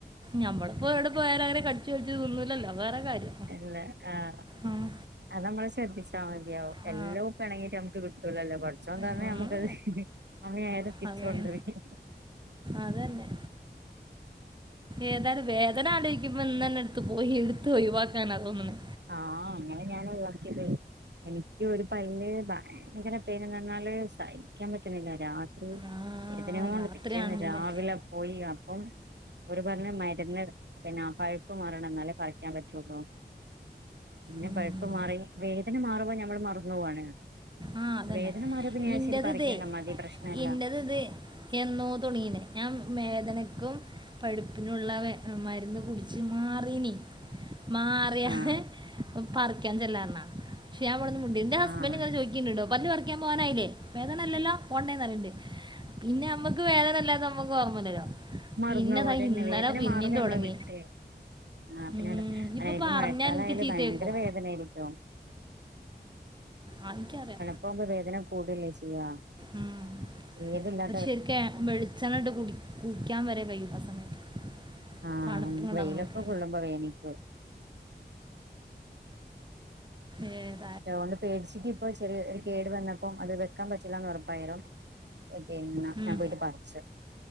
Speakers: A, on the right; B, on the right.
A: ഞമ്മളപ്പോ എവിടെ പോയാലും അങ്ങനെ കടിച്ചു വലിച്ചു തിന്നൂല്ലല്ലോ അത് വേറെ കാര്യം.
B: ഇല്ല ആഹ്.
A: ഉം.
B: അതമ്മള് ശ്രദ്ധിച്ചാമതിയാവും
A: ആ.
B: എല്ലാംപ്പൊ എണങ്ങിട്ട് നമുക്ക് കിട്ടൂലല്ലോ പടച്ചോൻതന്ന
A: ഒന്ന്
B: നമുക്കത് സമയായത് തിരിച്ചു
A: അത് തന്നെ.
B: കൊണ്ടുപോവേം ചെയ്യും
A: അതന്നെ. ഏതായാലും വേദന ആലോയ്ക്കുമ്പോ ഇന്ന്ന്നെ എടുത്ത് പോയി എടുത്ത് ഒഴിവാക്കാനാ തോന്നുന്നേ..
B: ആഹ് അങ്ങനെ ഞാന് <unintelligible> എനിക്ക് ഒരു പല്ല് ഭയങ്കര <unintelligible> ന്നാല് സഹിക്കാൻ പറ്റുന്നില്ല രാത്രി
A: ആ,
B: വേദന കൊണ്ട്
A: രാത്രിയാണ്
B: പിറ്റേന്ന്
A: ഇതിൻ്റെ
B: രാവിലെ പോയി അപ്പം ഒര് പറഞ് മരുന്ന് പിന്നെ പഴുപ്പ് മറ എന്നാലേ കുറക്കാൻ പറ്റുള്ളൂ. പിന്നെ
A: ഉം.
B: പഴുപ്പ് മാറി വേദന മാറുമ്പോ ഞമ്മള് മറന്നു പോവാണ്.
A: ആഹ് അതന്നെ
B: വേദന മാറിയ പിന്നെ
A: ഇന്റെത്
B: ശരി പറിക്കണ്ട
A: ഇതേയ്
B: മതി പ്രശ്നല്ല
A: ഇന്റത് ഇതേയ്- എന്നോ തുടങ്ങീണ് ഞാൻ വേദനക്കും പഴുപ്പിനുള്ള മരുന്ന് കുടിച്ച് മാറീനി മാറിയന്ന്
B: ആഹ്
A: പറിക്കാൻ ചെല്ലാറഞ്ഞ പക്ഷെ ഞൻ അവിടെന്ന് മു ന്റെ ഹസ്ബന്റിങ്ങനെ
B: ആഹ്
A: ചോയ്ക്കിണ്ട് ട്ടോ പല്ല് പറിക്കാൻ പോവാനായില്ലേ വേദനില്ലാലോ പോണ്ടെന്ന് പറയണ്ട് പിന്നെ നമ്മുക്ക് വേദനല്ലാത്ത നമ്മക്ക് <unintelligible>
B: മറന്നു
A: പിന്നെതാ
B: പോവും അതന്നെ
A: ഇന്നലെ
B: വേദന
A: പിന്നേമ്
B: മാറുമ്പോ
A: തൊടങ്ങി.
B: നമ്മള് വിട്ട് ആഹ് പിന്നെ
A: ഉം
B: അല്ല
A: ഇപ്പൊ പറഞ്ഞാ
B: മഴക്കാലയാല്
A: എനിക്ക് ചീത്തേക്കും.
B: ഭയങ്കര വേദനയായിരിക്കും
A: ആഹ് എനിക്കറിയ
B: അപ്പൊ വേതന കൂടല്ലേ ചെയ്യ
A: ഉം.
B: ഏതില്ലാ
A: ശരിക്കും വെളിച്ചെണ്ണയിട്ട് കുടി കുടിക്കാൻ വരെ കഴിയും ആ സമയത്ത്.
B: ആഹ്
A: തണുപ്പും കൊണ്ട്
B: വെയിലൊക്കെ
A: ഇറങ്ങിയിട്ട്
B: കൊള്ളുമ്പോ വേനിക്കും.
A: ഏഹ്.
B: അതുകൊണ്ട് പേടിച്ചിട്ട് ഇപ്പ ചെറിയ ഒരു കേട് വന്നപ്പോം അത് വെക്കാൻ പറ്റില്ലാന്ന് ഉറപ്പായരം. ഓഹ പിന്ന
A: ഉം.
B: ഞാൻ പോയിട്ട് പറിച്ച.